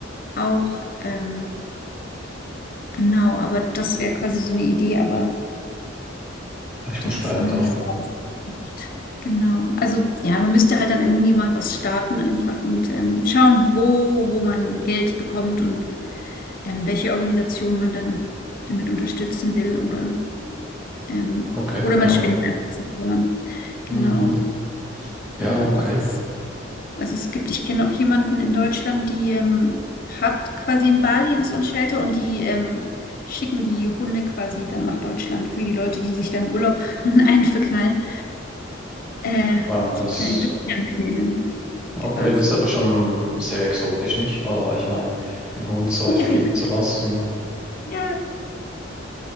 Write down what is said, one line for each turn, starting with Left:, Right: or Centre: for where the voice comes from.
Left: auch. Ähm, genau, aber das wäre quasi so eine Idee, aber
Centre: Ja, Ich
Left: das
Centre: muss später.
Left: ist auch noch nicht
Centre: Hm.
Left: so ausgereift. Genau. Also ja, man müsste halt dann irgendwie mal was starten einfach und ähm, schauen, wo, wo man Geld bekommt und ähm, welche Organisation man dann damit unterstützen will oder. Ähm,
Centre: Okay,
Left: oder
Centre: ja.
Left: man spinnt einfach selber. Genau.
Centre: Hm, hm. Ja,
Left: Aber
Centre: okay.
Left: das ist, also es gibt, ich kenne auch jemanden in Deutschland, die ähm, hat quasi in Bali so ein Shelter und die ähm, schicken die Hunde quasi dann nach Deutschland für die Leute, die sich da im Urlaub <laughs> einverknallen. Äh,
Centre: Wow, das,
Left: die können die dürfen die dann mitnehmen,
Centre: okay,
Left: quasi.
Centre: das ist aber schon sehr exotisch, nicht? Äh, ich meine, einen Hund so weit
Left: <laughs>
Centre: fliegen zu lassen.
Left: Ja.